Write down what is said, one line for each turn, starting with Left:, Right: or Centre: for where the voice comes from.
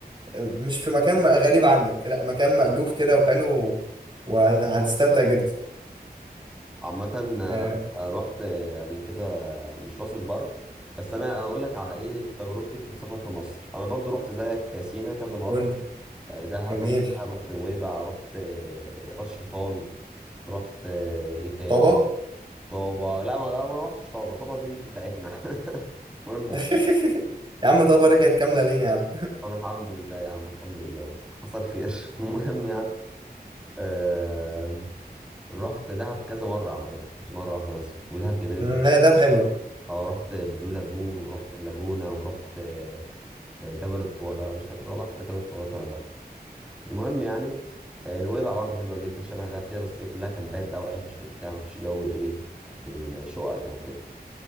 Right: مش في مكان غريب عنك لا مكان مألوف كده وحلو وهتستمتع جدا
Centre: عامة انا
Right: آه،
Centre: رحت قبل كده مش راس البر بس انا أنا اقول لك على ايه تجربتي في السفر في مصر انا برضو رحت زيك سينا كذا مرة
Right: قول
Centre: آه، دهب
Right: جميل
Centre: رحت دهب رحت نويبع رحت آه، راس شيطان رحت آه، ايه تاني
Right: طبا
Centre: طابة لا ما ما رحتش طابة طابة دي مش بتاعتنا <laughs> المهم
Right: <laughs>
Centre: يعني
Right: يا عم طبا رجعت كامله لين يا عم
Centre: طب الحمد لله يا عم الحمد لله حصل خير <laughs> المهم يعني آه، رحت دهب كذا مرة على فكرة مش مرة واحدة بس ودهب جميلة
Right: <laughs> لا
Centre: جدا
Right: دهب حلوه
Centre: اه رحت البلو لاجون ورحت اللاجونة ورحت آه، آه، جبل الطويلة مش فاكر والله رحت جبل الطويلات ولا لأ المهم يعني آه، نويبع برضو حلوة جدا شبه دهب كده بس ايه كلها كامبات بقى وعيشة وبتاع مفيش جو الايه الشقق ده وكده